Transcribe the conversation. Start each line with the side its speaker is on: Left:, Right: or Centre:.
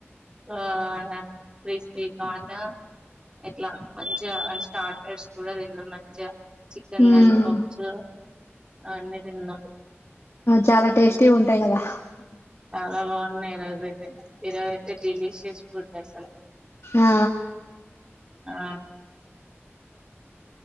Right: ఆ క్రిస్పీ కార్న్ ఇట్లా మంచిగా స్టార్టర్స్ కూడా తిన్నాం మంచిగా చికెన్
Left: ఉమ్
Right: లాలీపాప్స్ అన్నీ తిన్నాం.
Left: చాలా టేస్టీగా ఉంటాయి కదా
Right: చాలా బాగున్నాయి ఈరోజయితే ఈరోజయితే డెలీషియస్ ఎ అసలు
Left: ఆ
Right: ఆ